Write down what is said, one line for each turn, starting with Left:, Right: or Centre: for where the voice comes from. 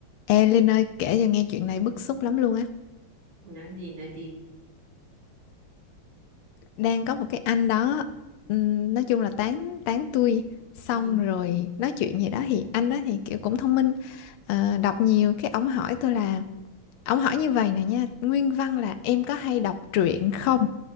Left: Ê Linh ơi kể cho nghe chuyện này bức xúc lắm luôn á
Right: nói gì nói gì
Left: Đang có một cái anh đó ừm, Nói chung là tán tán tui Xong
Right: ừ,
Left: rồi nói chuyện gì đó Thì anh đó thì kiểu cũng thông minh ờ, Đọc nhiều cái ông hỏi tôi là Ông hỏi như vậy nè nha Nguyên văn là em có hay đọc truyện không